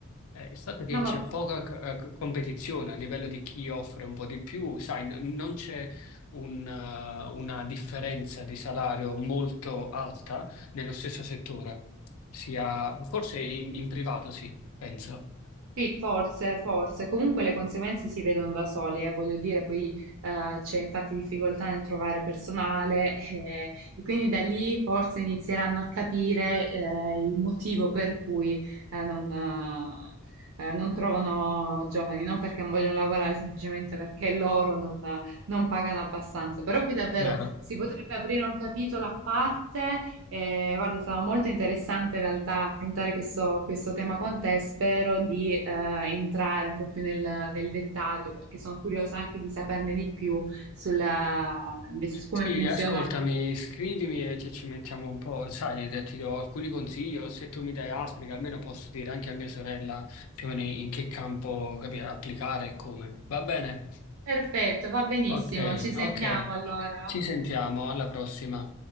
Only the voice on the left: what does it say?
eh, il fatto è che
c'è
poca eh, c- competizione a livello di chi offre un po' di più, sai, n- non c'è un, eh, una differenza di salario molto alta nello stesso settore, sia forse in, in privato sì, penso,
vero?
Sì,
ascoltami, scrivimi e ci ci mettiamo un po', sai, te- ti do alcuni consigli o se tu mi dai altri che almeno posso dire anche a mia sorella più o meno in che campo, capire, applicare e come. Va bene?
Ok,
ok.
Ci sentiamo, alla prossima.